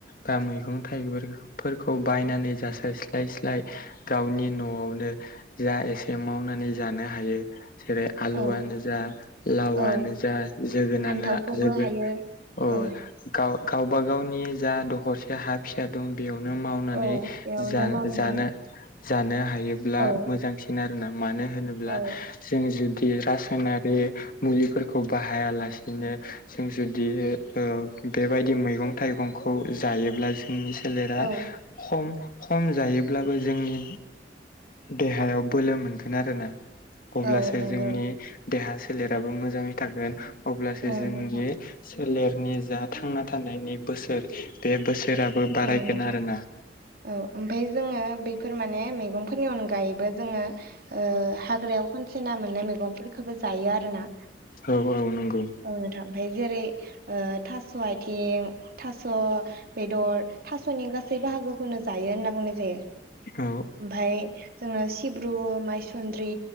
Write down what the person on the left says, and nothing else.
बा मैगं थाइगंफोरखौ बायनानै जासारस्लाय स्लाय गावनि न'आवनो जा एसे मावनानै जानो हायो जेरै आलुआनो
जा लाव‌आनो
जा जोगोनानो
जोगोन
अ
गावबा गावनि जा दखरसे हा फिसा दं बेयावनो मावनानै
जा
जानो जानो हायोब्ला
मोजांसिन आरोना मानो होनो
जों जुदि रासायनारि मुलिफोरखौ बाहायालासेनो जों जुदि ओ बेबायदि मैगं थाइगंखौ जायोब्ला जों जोंनि सोलेरा
खम खम जायोब्लाबो जोंनि देहायाव बोलो मोनगोन आरोना। अब्लासो
जोंनि देहा सोलेराबो मोजाङै थागोन अब्लासो
जोंनि
सोलेरनि जा थांना थानायनि बोसोर बे बोसोराबो बारायगोन
आरोना
औ औ नंगौ
औ